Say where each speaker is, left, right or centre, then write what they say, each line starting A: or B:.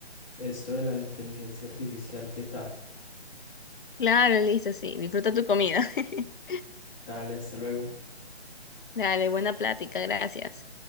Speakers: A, on the left (about 30°); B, on the left (about 50°).
A: esto de la inteligencia artificial, ¿qué tal?
B: Claro, listo, sí, disfruta tu comida. <laughs>
A: Dale, hasta luego.
B: Dale, buena plática, gracias.